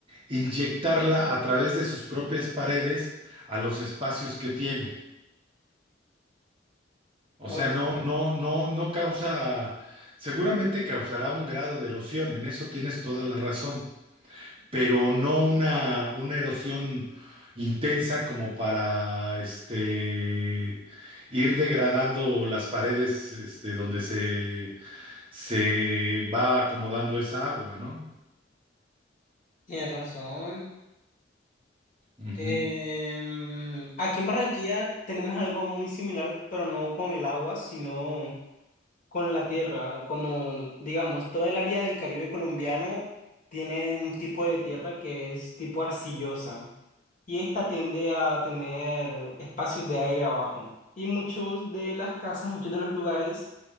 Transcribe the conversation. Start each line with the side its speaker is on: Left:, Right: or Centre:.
Right: inyectarla a través de sus propias paredes a los espacios que tiene. O
Left: Ok,
Right: sea, no, no, no, no causa, seguramente causará un grado de erosión, en eso tienes toda la razón, pero no una, una erosión intensa como para este ir degradando las paredes este, donde se se va acomodando esa agua, ¿no?
Left: tienes razón.
Right: Ujú,
Left: Em, aquí en Barranquilla tenemos algo muy similar, pero no con el agua, sino con la tierra. Como, digamos, todo el área del Caribe colombiano tiene un tipo de tierra que es tipo arcillosa. Y esta tiende a tener espacios de aire abajo. Y muchos de las casas, muchos de los lugares